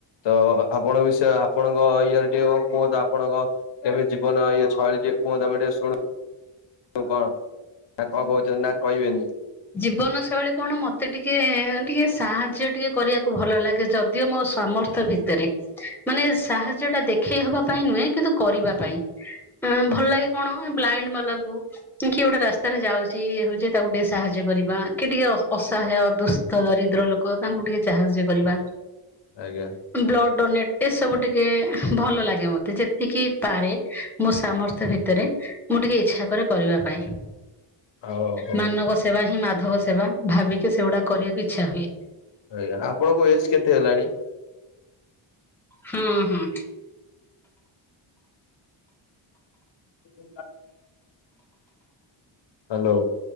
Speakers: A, on the left (about 60°); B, in the centre.
A: ତ ଆପଣଙ୍କ ବିଷୟ ଆପଣଙ୍କ ଇଏରେ ଟିକେ କଣ କୁହନ୍ତୁ, ଆପଣଙ୍କ କେବେ ଜୀବନ ଇଏ ଛଇଳି ଟିକେ କୁହନ୍ତୁ ଆମେ ଟିକେ ଶୁଣୁ <unintelligible> କଣ ନା କଣ କଉଚନ୍ତି ନା କଇବେନି।
B: ଜୀବନ ଶୈଳୀ କଣ ମତେ ଟିକେ-ଟିକେ ସାହାର୍ଯ୍ୟ ଟିକେ କରିଆକୁ ଭଲ ଲାଗେ, ଯଦିଓ ମୋ ସାମ <unintelligible> ଭିତରେ ମାନେ ସାହାର୍ଯ୍ୟଟା ଦେଖେଇ ହବା ପାଇଁ ନୁଏଁ କିନ୍ତୁ କରିବା ପାଇଁ। ଆଁ ଭଲ୍ ଲାଗେ କଣ ବ୍ଲାଇଣ୍ଡ୍ ମାଲାଙ୍କୁ କି କିଏ ଗୋଟେ ତାର ଯାଉଚି ଇଏ ହଉଚି ତାକୁ ଟିକେ ସାହାର୍ଯ୍ୟ କରିବା କି ଟିକେ ଅସ ଅସହାୟ ଦୁସ୍ଥ ଦରିଦ୍ର କ ତାଙ୍କୁ ଟିକେ ଚାହାର୍ଯ୍ୟ କରିବା।
A: ଆଜ୍ଞା।
B: ବ୍ଲଡ ଡୋନେଟ୍ ଏସବୁ ଟିକେ ହୁଁ ଭଲ ଲାଗେ ମତେ ଯେତିକି ପାରେ ମୋ ସାମର୍ଥ୍ୟ ଭିତେରେ ମୁଁ ଟିକେ ଇଚ୍ଛା କରେ କରିବା ପାଇଁ।
A: ଓହୋ
B: ମାନବ ସେବା ହିଁ ମାଧବ ସେବା ଭାବିକି ସେଗୁଡା କରିଆକୁ ଇଚ୍ଛା ହୁଏ।
A: ଆଜ୍ଞା, ଆପଣଙ୍କୁ ଏଜ୍ କେତେ ହେଲାଣି?
B: ହୁଁ-ହୁଁ।
A: <unintelligible> ହାଲୋ।